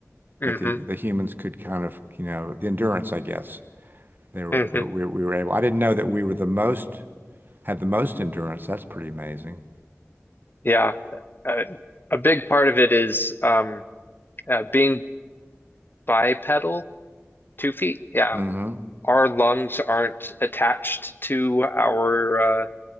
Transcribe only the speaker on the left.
hmm
hmm
Yeah. Uh, a big part of it is um, uh, being bipedal, two feet. Yeah.
Our lungs aren't attached to our uh,